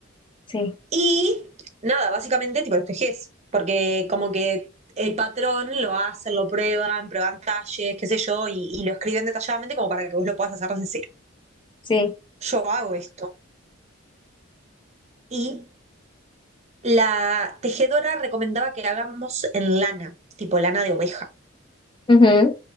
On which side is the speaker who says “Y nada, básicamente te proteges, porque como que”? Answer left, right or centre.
Right